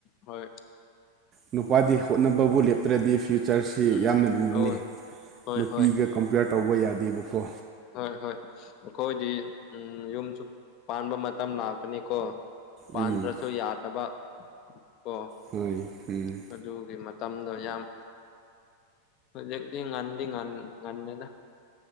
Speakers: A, on the left; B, on the right.
A: ꯍꯣꯏ
B: ꯅꯨꯄꯥꯗꯤ ꯍꯣꯠꯅꯕꯕꯨ ꯂꯦꯞꯇ꯭ꯔꯗꯤ ꯐ ꯀꯜꯆꯔꯁꯤ
A: ꯎꯝ
B: ꯌꯥꯝꯅ ꯂꯨꯕꯅꯤ
A: ꯍꯣꯏ ꯍꯣꯏ
B: ꯅꯨꯄꯤꯒ
A: ꯍꯣꯏ
B: ꯀꯝꯄꯤꯌꯔ ꯇꯧꯕ ꯌꯥꯗꯦꯕꯀꯣ
A: ꯍꯣꯏ ꯍꯣꯏ ꯑꯩꯈꯣꯏꯗꯤ ꯎꯝ ꯌꯨꯝꯁꯨ ꯄꯥꯟꯕ ꯃꯇꯝ ꯂꯥꯛꯀꯅꯤꯀꯣ ꯄꯥꯟꯗ꯭ꯔꯁꯨ
B: ꯎꯝ
A: ꯌꯥꯗꯕ ꯀꯣ
B: ꯍꯣꯏ ꯎꯝ
A: ꯍꯖꯤꯨ ꯀꯤꯃꯠ ꯃꯇꯝꯗꯣ ꯌꯥꯝ ꯍꯧꯖꯤꯛꯇꯤ ꯉꯟꯗꯤ ꯉꯟꯅꯦꯗ